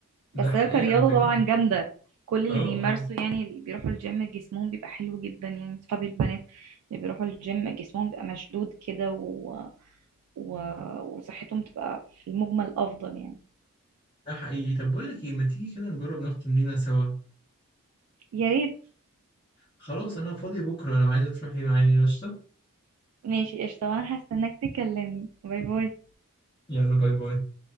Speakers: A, on the right (about 80°); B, on the left (about 20°).
A: بس
B: ده حقيقي
A: هي كرياضة
B: على فكرة
A: طبعا جامدة كل اللي
B: اه
A: بيمارسوا
B: اه
A: يعني اللي بيروحوا الجيم جسمهم بيبقى حلو جدا يعني صحابي البنات اللي بيروحوا الجيم جسمهم بيبقى مشدود كده و... و... وصحتهم تبقى في المجمل أفضل يعني
B: ده حقيقي طب بقول لك ايه ما تيجي كده نجرب نروح تمرينة سوا
A: يا ريت
B: خلاص أنا فاضي بكرة لو عايزة تروحي معايا يا قشطة
A: ماشي قشطة وانا هستناك تكلمني باي باي
B: يلا باي باي